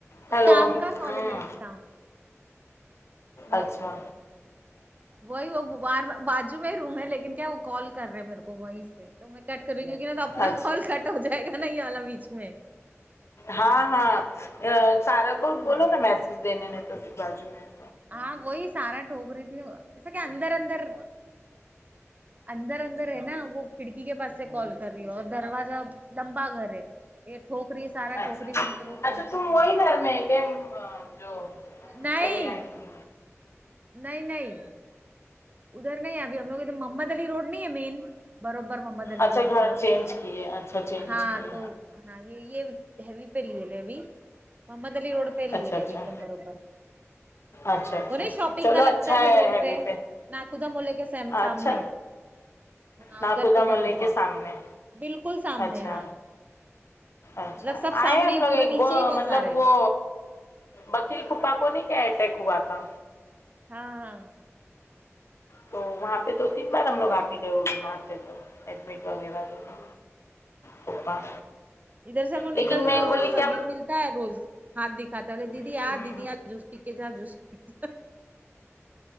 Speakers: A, on the left; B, on the right.
A: ہیلو
B: کام کا کال
A: ہوں
B: ہے میرے کام وہ
A: اچھا
B: وہی وہ بارا باجو میں ہی روم ہے لیکن کیا وہ کال کر رہے ہیں میرے کو وہیں سے تو میں کٹ کر رہی کیونکہ نا تو اپنا
A: اچھا
B: کال کٹ ہو جائے گا نا یہ والا بیچ میں
A: ہاں ہاں آ سارا کو بولو
B: وہی
A: نا میسج دینے نے رفیق باجو میں ہے
B: ہاں وہی سارا ٹھوک رہی تھی ایسا کہ اندر اندر اندر اندر ہے نا وہ کھڑکی کے پاس سے کال کر رہی ہو اور دروازہ لمبا گھر ہے یہ ٹھوکری ہے سارا
A: اچھا
B: ٹھوکری میری تو وہ سنتی
A: اچھا تم
B: نہیں
A: وہی گھر میں ہے کہ امم جو
B: نہیں
A: پہلے آئی تھی
B: نہیں نہیں ادھر نہیں ہے ابھی ہم لوگ ادھر محمد علی روڈ نہیں ہے مین بروبر محمد علی
A: اچھا
B: روڈ
A: گھر
B: پورا
A: چینج کیے اچھا چینج
B: ہاں
A: کیے
B: تو ہاں یہ یہ ہیوی پہ لیے لےوی محمد علی روڈ
A: اچھا
B: پہ لیے ڈےوی
A: اچھا
B: کے بروبر
A: اچھا اچھا
B: وہ نہیں
A: اچھا
B: شاپنگ
A: چلو
B: کا لگتا
A: اچھا
B: ہے سب روڈ
A: ہیوی
B: پہ نا خدا مولے کے سیم سامنے
A: اچھا
B: ہاں
A: ناخدا
B: ادھر پہ
A: ملے
B: بروبر
A: کے سامنے
B: بالکل سامنے
A: اچھا
B: ہاں مطلب
A: اچھا
B: سب سامنے
A: آئے ہیں ہم لوگ
B: پورے
A: ایک
B: نیچے
A: وہ
B: ہی بازار
A: مطلب
B: ہے
A: وہ وکیل پھپا کو نہیں کیا اٹیک ہوا تھا
B: ہاں ہاں
A: تو وہاں پہ دو تین بار ہم لوگ آ کے گئے ہوئے بیمار تھے ایڈمٹ وغیرہ تو تھا پھپا
B: ادھر سے ہم لوگ
A: لیکن
B: نکلتے
A: میں
B: تو ادھر
A: بولی
B: سے سگیر
A: کیا
B: ملتا ہے روز ہاتھ دکھاتا دیدی
A: ہوں
B: آ دیدی آ جوس پی کے جا جوس پی کے جا